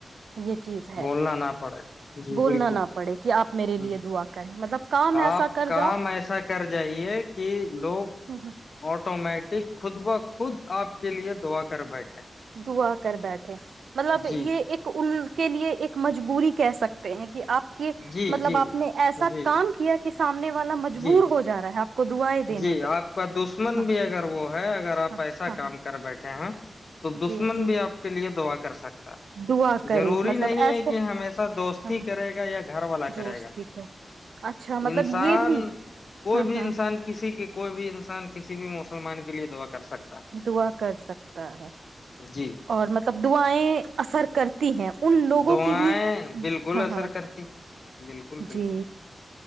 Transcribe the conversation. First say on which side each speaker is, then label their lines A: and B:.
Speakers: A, on the right; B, on the left.
A: یہ چیز ہے
B: بولنا نہ پڑے جی
A: بولنا
B: بالکل
A: نہ پڑے کہ آپ میرے لیے
B: ہ
A: دعا کریں مطلب کام ایسا
B: آپ
A: کر
B: کام
A: جاؤ
B: ایسا کر جائیے کہ لوگ
A: ہوں ہوں
B: آٹو مٹ <unintelligible> خود با خود آپ کے لیے دعا کر بیٹھے
A: دعا کر بیٹھے مطلب
B: جی
A: یہ ایک ان کے لیئے ایک مجبوری کہہ سکتے ہیں کہ آپ کہ
B: جی
A: مطلب
B: جی
A: آپ نے ایسا
B: جی
A: کام کیا کہ سامنے والا مجبور
B: جی
A: ہو جا رہا ہے آپ کو دعائیں دینے
B: جی
A: پہ
B: آپ کا دشمن
A: ہاں
B: بھی اگر وہ ہے اگر آپ
A: ہاں
B: ایسا
A: ہاں
B: کام
A: ہاں
B: کر بیٹھے ہیں تو دشمن
A: جی جی
B: بھی آپ کے لیے دعا کر سک
A: دعا کرے
B: ضروری
A: مطلب
B: نہیں
A: ایسے
B: ہے کہ ہمیشہ دوستی
A: ہاں ہاں
B: کرے گا یا گھر والا کرے
A: دوست
B: گا
A: ٹھیک ہے اچھا مطلب
B: انسان
A: یہ بھی
B: کوئی
A: ہاں
B: بھی
A: ہاں
B: انسان کوئی بھی انسان کسی بھی مسلمان کے لیے دعا کر سکتا
A: دعا کر سکتا ہے
B: ہے جی
A: اور مطلب دعاائیں اثر کرتی ہیں ان لوگوں
B: دعائیں
A: کی بھی
B: بالکل
A: ہاں
B: اثر
A: ہاں
B: کرتی ہے بالکل بالکل
A: جی